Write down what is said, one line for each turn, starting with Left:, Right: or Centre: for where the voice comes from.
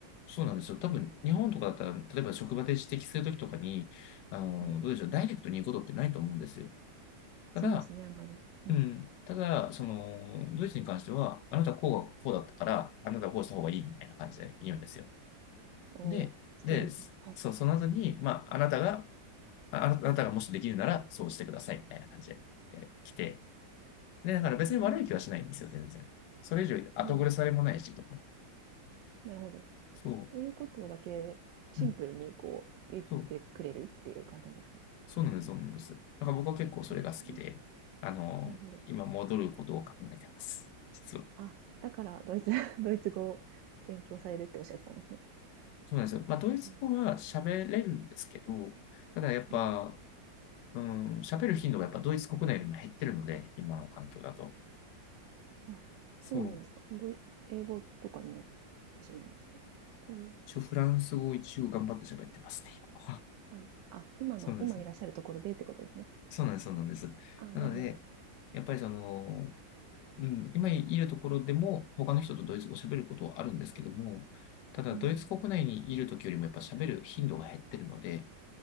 Left: そうなんですよ。多分、日本とかだったら、例えば職場で指摘するときとかに、あの、
Right: はい。
Left: どうでしょう、ダイレクトに言うことってないと思うんですよ。
Right: そうですね、
Left: ただ、
Right: あんまり。うん。
Left: うん。ただ、その、ドイツに関しては、あなたはこうがこうだったから、あなたはこうした方がいいみたいな感じで言うんですよ。
Right: おーストレート。
Left: で、で、そそう、
Right: はい。
Left: その後に、まあ、あなたがあなたがもしできるならそうしてくださいみたいな感じで来て、で、だから別に悪い気はしないんですよ、
Right: うん。
Left: 全然。それ以上後暮れされもないし、
Right: なるほど
Left: とかに。
Right: なるほど。
Left: そ
Right: ていうことだけ、シンプルにこう、
Left: う、うん、
Right: 言ってくれるっていう感じなんですかね。
Left: そう、そうなんです、そうなんです。だから僕は結構それが好きで、
Right: う
Left: あの、
Right: ん、なるほど。
Left: 今戻ることを考えてます、実は。
Right: あ、だからドイツ <laughs> ドイツ語を勉強されるっておっしゃってたんですね。
Left: そうなんですよ。まあ、ドイツ語は喋れるんですけど、
Right: うん。
Left: ただやっぱ、
Right: うん。
Left: うん、喋る頻度がやっぱドイツ国内よりも減ってるので、今の環境だと。
Right: あ、そうなんですか。
Left: そう。
Right: ドイ英語とかになってしまうんですか？うん
Left: 一応フランス語を一応頑張って喋ってますね、今は。
Right: はい。あ、
Left: <laughs>
Right: 今の今いらっしゃるところでってことですね。
Left: そうなんですよ。そうなんです、そうなんです。
Right: あなるほどなるほ
Left: なので、やっぱりその、うん、今いるところでも、他の人とドイツ語を喋ることはあるんですけども、ただ、
Right: ど。うん。
Left: ドイツ国内にいるときよりもやっぱ喋る頻度が減ってるので、